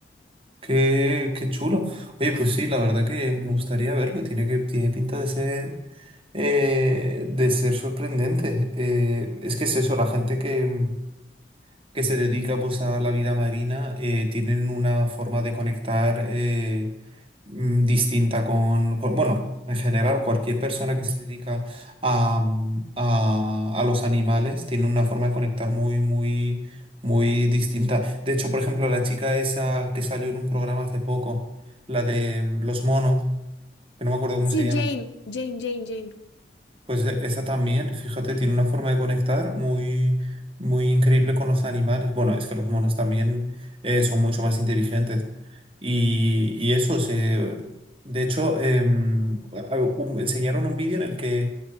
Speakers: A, on the right (about 30°); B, on the left (about 80°).
A: qué, qué chulo. Oye, pues sí, la verdad que me gustaría verlo. Tiene que, tiene pinta de ser, eh, de ser sorprendente. Eh, es que es eso, la gente que, mm, que se dedica pues a la vida marina eh, tienen una forma de conectar. eh, mm, distinta con, con- bueno, en general, cualquier persona que se dedica a, mm, a, a los animales tiene una forma de conectar muy, muy, muy distinta. De hecho, por ejemplo, la chica esa que salió en un programa hace poco, la de mm, los monos, que no me acuerdo cómo
B: Sí,
A: se llama.
B: Jane, Jane, Jane, Jane.
A: Pues e- esa también, fíjate, tiene una forma de conectar muy, muy increíble con los animales. Bueno, es que los monos también eh, son mucho más inteligentes. Y, y eso, se, de hecho, em, a- un- enseñaron un vídeo en el que